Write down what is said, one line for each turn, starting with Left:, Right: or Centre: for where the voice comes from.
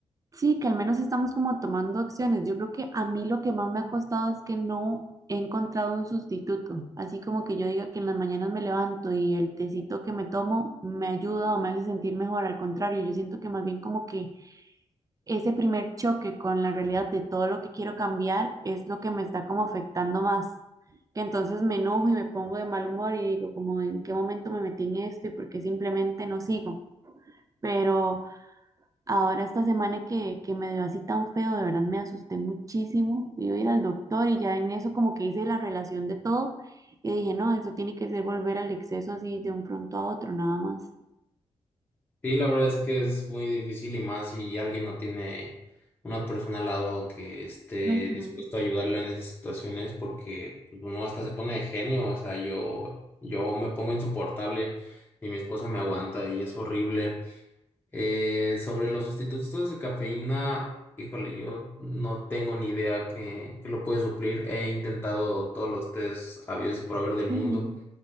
Right: sí, que al menos estamos como tomando acciones. Yo creo que a mí lo que más me ha costado es que no he encontrado un sustituto. Así como que yo diga que en las mañanas me levanto y el tecito que me tomo me ayuda o me hace sentir mejor. Al contrario, yo siento que más bien como que ese primer choque con la realidad de todo lo que quiero cambiar es lo que me está como afectando más. Que entonces me enojo y me pongo de mal humor y digo como en qué momento me metí en esto y por qué simplemente no sigo. Pero... Ahora esta semana que, que me dio así tan feo, de verdad me asusté muchísimo. Iba a ir al doctor y ya en eso como que hice la relación de todo y dije, no, eso tiene que ser volver al exceso así de un pronto a otro, nada más.
Left: Sí, la verdad es que es muy difícil y más si alguien no tiene una persona al lado que esté
Right: Ujú,
Left: dispuesto a ayudarla en esas situaciones porque pues, uno hasta se pone de genio, o sea, yo, yo me pongo insoportable y mi esposa me aguanta y es horrible. Eh, sobre los sustitutos de cafeína, híjole, yo no tengo ni idea que, que lo puede suplir. He intentado todos los tés habidos y por haber del
Right: ujú,
Left: mundo.